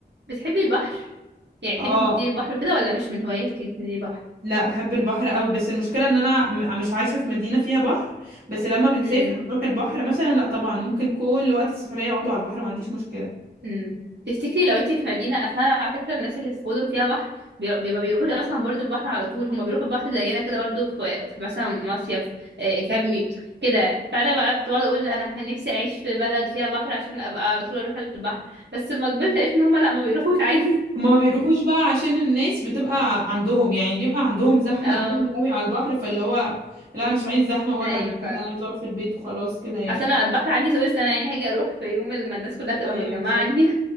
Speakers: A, on the right (about 80°); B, on the right (about 55°).
A: بتحبي البحر يعني
B: اه
A: تحبي تنزلي البحر وكده ولا مش من هواياتك انك تنزلي البحر
B: لا بحب البحر قوي بس المشكله ان انا م- مش عايشه في مدينه فيها بحر بس لما بنسافر
A: امم
B: ونروح البحر مثلا لا طبعا ممكن كل وقت السفريه يقعدوا على البحر ما عنديش مشكله
A: امم تفتكري لو انتي في مدينة اصلا على فكرة الناس اللي في مدن فيها بحر بي... بي- ما بيروحوش اصلا برضو البحر على طول هما بيروحوا البحر زينا كده برضو في, في مثلا مصيف آه، كامي كده فانا بقى كنت بقعد اقول انا كان نفسي اعيش في بلد فيها بحر عشان ابقى على طول اروح البحر بس لما كبرت لقيت ان هما لا ما بيروحوش عادي
B: ما بيروحوش بقى عشان الناس بتبقى عندهم يعني بيبقى عندهم
A: <laughs>
B: زحمه
A: اه
B: قوي قوي على البحر فاللي هو لا انا مش عايز زحمه ووجع
A: ايوه
B: دماغ
A: ف
B: انا عايز اقعد في البيت وخلاص كده يعني
A: اصل انا البحر عندي طول السنة يعني هاجي اروح في يوم لما الناس كلها تبقى
B: ايوه
A: متجمعة
B: بالظبط
A: عندي